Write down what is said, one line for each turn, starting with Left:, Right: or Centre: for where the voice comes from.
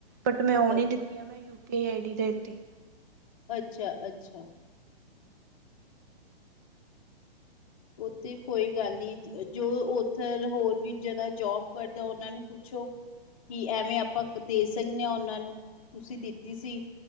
Right: ਬਟ! ਮੈਂ
Left: ਅ
Right: ਉਹ ਨੀ ਦਿੱਤੀਆਂ। ਮੈਂ ਪੇ ਆਈ ਡੀ ਦੇ ਦਿੱਤੀ।
Left: ਅੱਛਾ! ਅੱਛਾ! ਉੱਥੇ ਕੋਈ ਗੱਲ ਨੀ। ਜੋ ਉੱਥੇ ਹੋਰ ਵੀ ਜਨਾ ਜੋਬ ਕਰਦਾ ਉਹਨਾ ਨੂੰ ਕੁਛ ਪੁੱਛੋ! ਕਿ ਐਵੇਂ
Right: ਹਾਂਜੀ
Left: ਆਪਾਂ ਦੇ ਸਕਦੇ ਹਾਂ ਉਹਨਾਂ? ਨੂੰ ਤੁਸੀਂ ਦਿੱਤੀ ਸੀ?